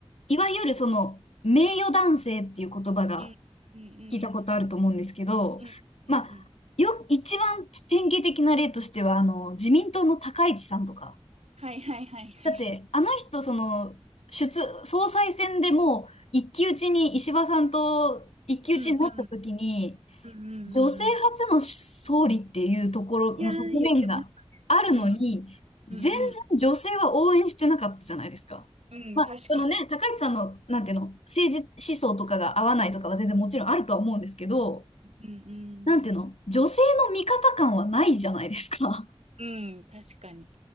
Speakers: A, on the left; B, on the right.
A: いわゆるその、名誉男性っていう言葉が、
B: うん、うん、うん、
A: 聞いたことあると思うんですけど、
B: うん、うん、
A: まあ、
B: うん。
A: よ、一番典型的な例としては、あの、自民党の高市さんとか。
B: はいはいはいはい。
A: だって、あの人、その、出、総裁選でもう、一騎打ちに、石破さんと一騎打ちになった時に、
B: うん、うん、うん、うん、
A: 女性初の総理っていうところの側面があるのに、
B: うんうん。いやー、言ってます。うん、
A: 全然女性は応援してなかったじゃないですか。
B: うん、うん、うん。
A: まあ、
B: うん、確かに。
A: そのね、高市さんの、なんていうの、政治思想とかが合わないとかは全然もちろんあるとは思うんですけど、
B: うん、うん。
A: なんていうの、女性の味方感はないじゃないですか。<laughs> っ
B: うん、確かに。